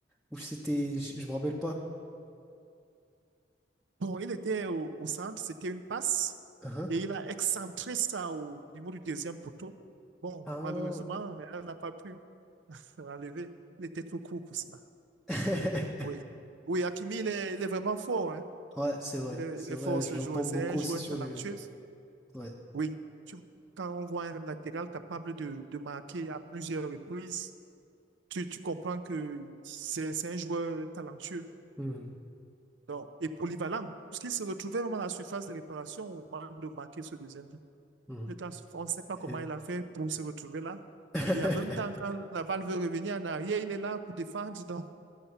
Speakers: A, in the centre; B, on the right (about 85°).
A: ou c'était. Je, je me rappelle pas.
B: Bon, il était au, au centre, c'était une passe.
A: Hein
B: Et il a excentré ça au niveau du deuxième poteau. Bon,
A: Ah.
B: malheureusement, elle n'a pas pu enlever. Il était trop court pour cela.
A: <laughs>
B: Oui. Oui, Hakimi, il est, il est vraiment fort, hein.
A: Ouais, c'est vrai.
B: Il est,
A: C'est
B: il
A: vrai,
B: est fort
A: j'entends
B: ce joueur.
A: beaucoup
B: C'est un
A: aussi
B: joueur
A: sur
B: talentueux.
A: les réseaux. Ouais.
B: Oui, tu- quand on voit un latéral capable de, de marquer à plusieurs reprises, tu, tu comprends que c'est c'est un joueur talentueux
A: Mhm.
B: donc, et polyvalent, puisqu'il se retrouvait vraiment à la surface de réparation au moment de marquer ce deuxième but.
A: Mhm.
B: Le temps, On ne sait pas comment
A: Et-
B: il a fait pour se retrouver là.
A: <laughs>
B: Et en même temps, quand la balle veut revenir en arrière, il est là pour défendre. Donc.